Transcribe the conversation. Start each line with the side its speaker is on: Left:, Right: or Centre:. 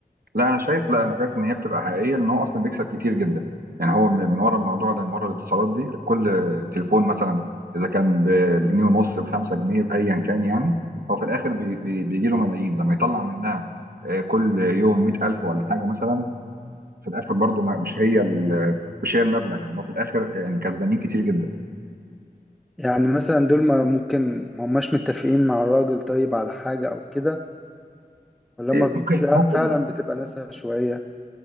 Right: لا انا شايف لا انا شايف ان هي بتبقى حقيقيه لان هو اصلا بيكسب كتير جدا يعني هو من من ورا الموضوع ده من ورا الاتصالات دي كل تليفون مثلا اذا كان ب- بجنيه ونص بخمسة جنيه بايا كان يعني هو في الاخر بي بي بيجي له ملايين لما يطلع منها آه، كل يوم 100000 ولا حاجه مثلا في الاخر برضه ما- مش هي ال- مش هي المبلغ يعني هو في الاخر يعني كسبانين كتير جدا
Centre: يعني مثلا دول ما ممكن ما هماش متفقين مع الراجل طيب على حاجة او كده ولا
Right: آه،
Centre: هما فع-
Right: ممكن
Centre: فعلا بتبقى ناس عشوائية